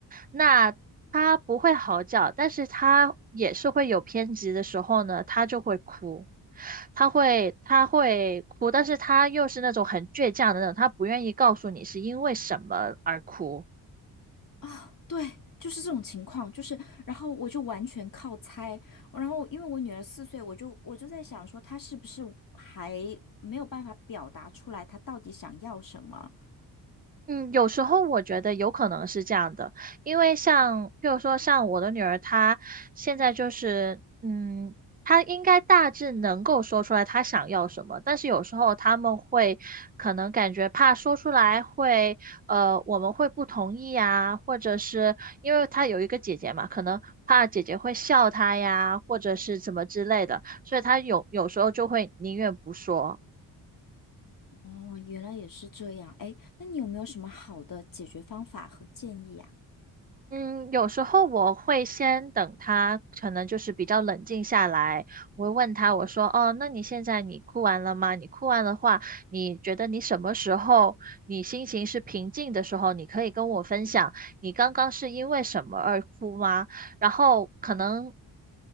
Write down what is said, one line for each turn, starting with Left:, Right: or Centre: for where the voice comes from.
Right: 那她不会嚎叫，但是她也是会有偏执的时候呢，她就会哭，她会她会哭，但是她又是那种很倔强的那种，她不愿意告诉你是因为什么而哭。
Left: 啊，对，就是这种情况，就是，然后我就完全靠猜，然后因为我女儿四岁，我就我就在想说，她是不是还没有办法表达出来，她到底想要什么？
Right: 嗯，有时候我觉得有可能是这样的，因为像，譬如说像我的女儿，她现在就是，嗯，她应该大致能够说出来她想要什么，但是有时候他们会可能感觉怕说出来会，呃，我们会不同意呀，或者是因为她有一个姐姐嘛，可能怕姐姐会笑她呀，或者是怎么之类的，所以她有有时候就会宁愿不说。
Left: 哦，原来也是这样，哎，那你有没有什么好的解决方法和建议呀？
Right: 嗯，有时候我会先等他，可能就是比较冷静下来。我会问他，我说：“哦，那你现在你哭完了吗？你哭完的话，你觉得你什么时候你心情是平静的时候，你可以跟我分享，你刚刚是因为什么而哭吗？”然后可能